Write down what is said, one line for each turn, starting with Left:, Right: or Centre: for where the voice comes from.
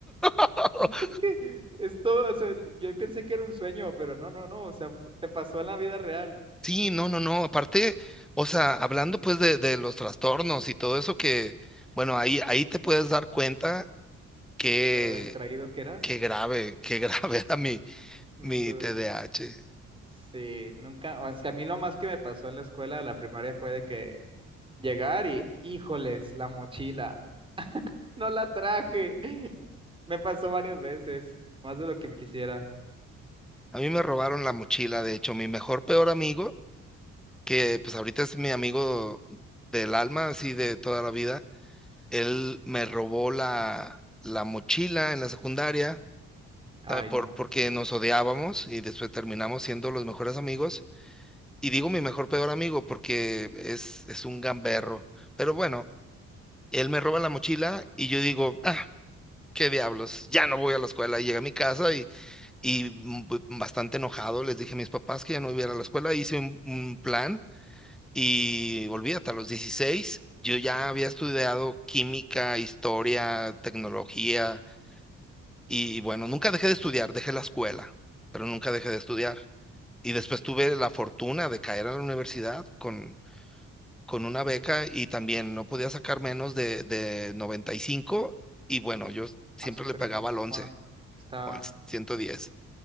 Centre: <laughs>
Right: Es que es todo, o sea, yo pensé que era un sueño, pero no, no, no. O sea, te pasó en la vida real
Centre: Sí, no, no, no. Aparte, o sea, hablando pues de, de los trastornos y todo eso que, bueno, ahí, ahí te puedes dar cuenta que
Right: de lo distraído que eras.
Centre: qué grave, qué grave <laughs> era mi,
Right: Ni
Centre: mi
Right: tú-
Centre: T D A H.
Right: Sí, nunca, o sea, a mí lo más que me pasó en la escuela de la primaria fue de que llegar y, híjoles, la mochila, no la traje. <laughs> Me pasó varias veces, más de lo que quisiera.
Centre: A mí me robaron la mochila, de hecho, mi mejor peor amigo, que pues ahorita es mi amigo del alma, así de toda la vida, él me robó la, la mochila en la secundaria,
Right: Ay,
Centre: ¿sabe? Por,
Right: no,
Centre: porque nos odiábamos y después terminamos siendo los mejores amigos. Y digo mi mejor peor amigo porque es, es un gamberro. Pero bueno, él me roba la mochila y yo digo, ah, qué diablos, ya no voy a la escuela. Y llegué a mi casa y, y b- bastante enojado les dije a mis papás que ya no iba a ir a la escuela. Hice un, un plan y olvídate, a los 16 yo ya había estudiado química, historia, tecnología y bueno, nunca dejé de estudiar, dejé la escuela, pero nunca dejé de estudiar. Y después tuve la fortuna de caer a la universidad con, con una beca y también no podía sacar menos de, de noventa y cinco y bueno, yo siempre
Right: Ah, súper,
Centre: le pegaba al 11
Right: bueno, está,
Centre: o al ciento diez